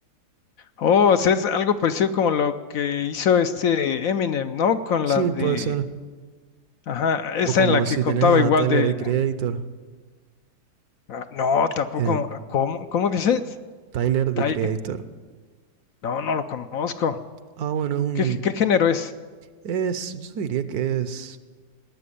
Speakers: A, on the left (about 65°); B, on the right (about 70°).
A: Oh, o sea, es algo parecido como lo que hizo este Eminem, ¿no? Con
B: Sí,
A: la de,
B: puede ser.
A: ajá, esa
B: O como
A: en la que
B: si
A: contaba
B: tenés a
A: igual
B: Tyler
A: de,
B: the Creator
A: ah, no, tampoco,
B: en
A: ah, ¿cómo, cómo dices?
B: Tyler the
A: Tai-
B: Creator.
A: eh, No, no lo conozco.
B: Ah, bueno, es un...
A: ¿Qué, qué género es?
B: Es, yo diría que es